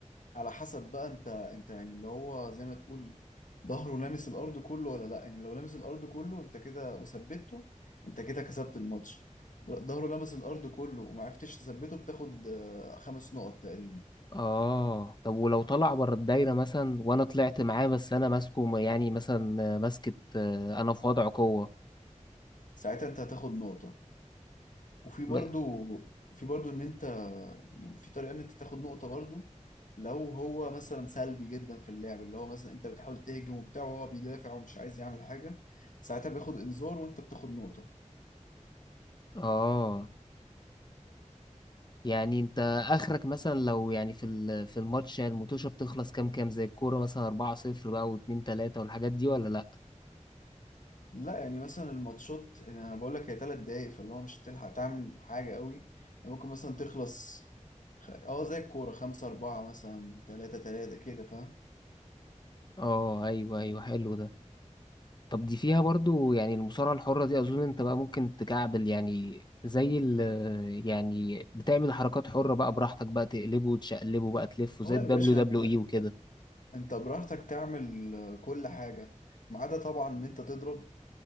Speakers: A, on the left (about 85°); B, on the left (about 35°).
A: على حسب بقى انت انت يعني اللي هو زي ما تقول ظهره لامس الارض كله ولا لا يعني لو لامس الارض كله انت كده وثبته انت كده كسبت الماتش ظهره لامس الارض كله ومعرفتش تثبته بتاخد آه، خمس نقط تقريبا
B: اه طب ولو طلع بره الدايرة مثلا وانا طلعت معاه بس انا ماسكه يعني مثلا ماسكة آه، انا في وضع قوة
A: ساعتها انت هتاخد نقطة وفي برضو
B: ب...
A: في برضو ان انت يعني في طريقة ان انت تاخد نقطة برضو لو هو مثلا سلبي جدا في اللعب اللي هو مثلا انت بتحاول تهجم وبتاع وهو بيدافع ومش عايز يعمل حاجة ساعتها بياخد انذار وانت بتاخد نقطة
B: اه يعني انت اخرك مثلا لو يعني في ال- في الماتش يعني الموتوشه بتخلص كام كام زي الكوره مثلا 4 0 بقى و2 3 والحاجات دي ولا لا
A: لا يعني مثلا الماتشات يعني انا بقول لك هي ثلاث دقايق فاللي هو مش هتلحق تعمل حاجه قوي يعني ممكن مثلا تخلص خ- اه زي الكوره خمسة أربعة مثلا تلاتة تلاتة كده فاهم
B: اه ايوه ايوه حلو ده طب دي فيها برضو يعني المصارعه الحره دي اظن انت بقى ممكن تكعبل يعني زي ال يعني بتعمل حركات حره بقى براحتك بقى تقلبه وتشقلبه بقى تلفه زي
A: اه
B: الدبليو
A: يا باشا
B: دبليو
A: انت انت
B: اي وكده
A: انت براحتك تعمل كل حاجه ما عدا طبعا ان انت تضرب